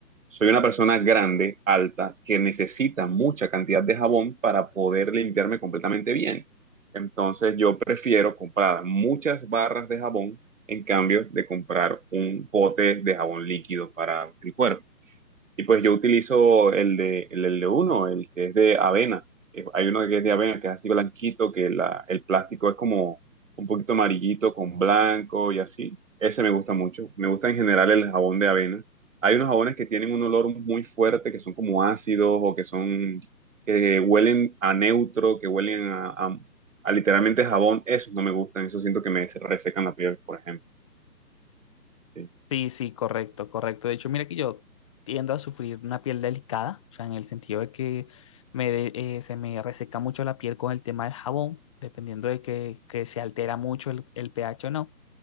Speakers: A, on the right (about 50°); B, on the left (about 20°).
A: soy una persona grande, alta, que necesita mucha cantidad de jabón para poder limpiarme completamente bien. Entonces yo prefiero comprar muchas barras de jabón en cambio de comprar un pote de jabón líquido para el cuerpo. Y pues yo utilizo el de, el, el de uno, el que es de avena. Eh, Hay uno que es de avena, que es así blanquito, que la, el plástico es como un poquito amarillito con blanco y así. Ese me gusta mucho. Me gusta en general el jabón de avena. Hay unos jabones que tienen un olor muy fuerte, que son como ácidos o que son, que huelen a neutro, que huelen a, a, a literalmente jabón. Esos no me gustan, eso siento que me resecan la piel, por ejemplo. Sí,
B: Sí, sí, correcto, correcto. De hecho, mira que yo tiendo a sufrir una piel delicada, o sea, en el sentido de que me, de- eh, se me reseca mucho la piel con el tema del jabón, dependiendo de que, que se altera mucho el, el pH o no.